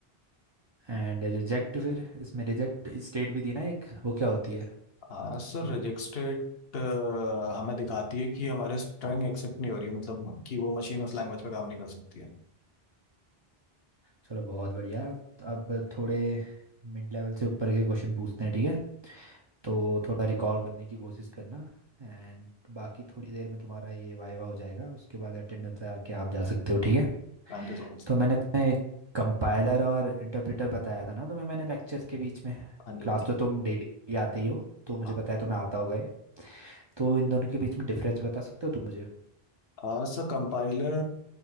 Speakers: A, on the right; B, on the left.
A: एंड रिजेक्ट फिर इसमें रिजेक्ट स्टेट भी थी ना एक वो क्या होती है
B: है सर
A: सॉरी
B: रिजेक्ट स्टेट हमें दिखाती है कि हमारे स्ट्रिंग एक्सेप्ट नहीं हो रही है मतलब कि वो मशीन उस लैंग्वेज पे काम नहीं कर सकती है
A: चलो बहुत बढ़िया अब थोड़े मिड लेवल से ऊपर के क्वेश्चन पूछते हैं ठीक है तो थोड़ा रिकॉल करने की कोशिश करना एंड बाकी थोड़ी देर में तुम्हारा ये वाइवा हो जाएगा उसके बाद अटेंडेंस लगा के आप जा सकते हो ठीक है
B: Thank you so much
A: तो मैंने तुम्हें कंपाइलर और इंटरप्रेटर बताया था ना तुम्हें मैंने लेक्चर्स के बीच में
B: हाँ जी
A: क्लास
B: सर
A: तो तुम डेली आते ही हो तो मुझे
B: हाँ
A: पता है तुम्हें आता होगा ये तो इन दोनों के बीच में डिफरेंस बता सकते हो तुम मुझे
B: आ, सर कंपाइलर